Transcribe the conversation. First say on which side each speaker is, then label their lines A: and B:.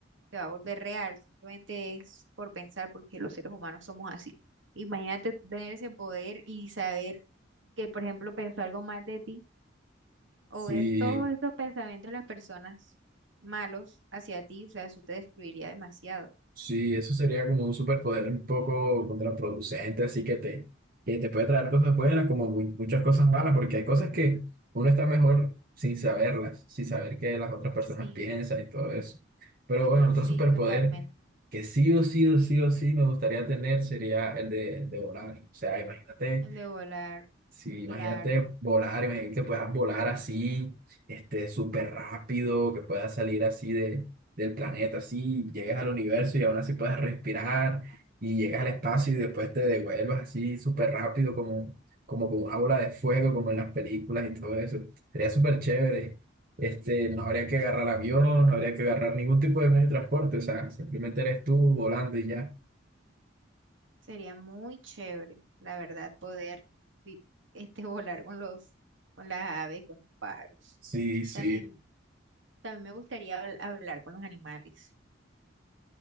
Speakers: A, on the right (about 70°); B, on the right (about 45°).
A: te va a volver real, simplemente es por pensar, porque los seres humanos somos así. Imagínate tener ese poder y saber que, por ejemplo, pensó algo mal de ti o
B: Sí,
A: ver todos estos pensamientos de las personas malos hacia ti, o sea, eso te destruiría demasiado.
B: Sí, eso sería como un superpoder un poco contraproducente, así que te, que te puede traer cosas buenas como mu- muchas cosas malas, porque hay cosas que uno está mejor sin saberlas, sin saber qué las otras personas
A: Sí,
B: piensan y todo eso. Pero bueno, otro
A: sí,
B: superpoder
A: totalmente.
B: que sí o sí o sí o sí me gustaría tener sería el de, de volar. O sea, imagínate.
A: El de volar,
B: Sí, imagínate
A: claro,
B: volar, imagínate que puedas volar así, este, súper rápido, que puedas salir así de, del planeta, así, llegues al universo y aún así puedas respirar y llegas al espacio y después te devuelvas así súper rápido como, como con una bola de fuego, como en las películas y todo eso. Sería súper chévere. Este, no habría que agarrar avión, no habría que agarrar ningún tipo de medio de transporte, o sea, simplemente eres tú volando y ya.
A: sería muy chévere, la verdad, poder vi- este, <laughs> volar con los, con las aves, con los pájaros.
B: Sí, sí.
A: También, también me gustaría habl- hablar con los animales.